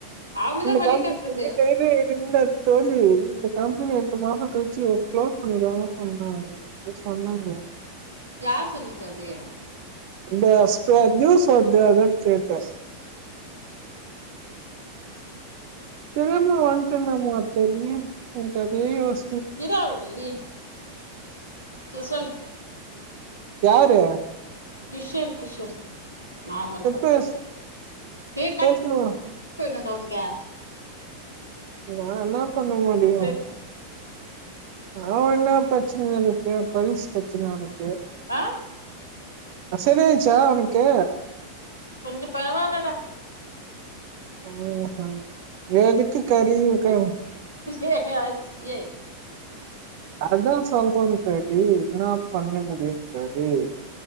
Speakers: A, on the left (about 85°); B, on the right (about 45°).
A: அவங்கதா
B: இந்த
A: வழி
B: கம்பெனி
A: காட்டுறது
B: <unintelligible> தோழி இந்த கம்பெனி ரெண்டு மாச கழிச்சு ஒர்க் குளோஸ் பண்ணிருவாங்கன் சொல்றாங்க எத் சொன்னாங்களா
A: யார் சொன்னது அப்டியே
B: இந்த அஸ்ப நியூஸ் வந்தது கேட்டே தெரியாம வந்ட்ருந்தமா தோழி எனக்கு அதே யோச
A: இதா அவள் ஐ டி சேரி சொல்லு
B: யாரு
A: கிஷோரு கிட்ஷூஸ் ஆமாங் தோழ்
B: பேச பேசணும்
A: வேண்டா உங்க
B: நா என்னா பண்ண முடியு
A: பேசு
B: அவவ என்ன பிரச்சனைங்க இருக்கு போலீஸ் பிரச்சன ஒனக்கு
A: ஆ
B: அ செரி ஆயிர்ச்சா அவனுக்கு
A: கொஞ்ச பரவால்லடா
B: அவ்க எதுக்கு கரியவுக்கு
A: ஏ ஹே ஆய்ர்ச்சு இன்ஜே
B: அதா சொல்றேனுங் தோழி என்னா பண்ண முடியும் தோழி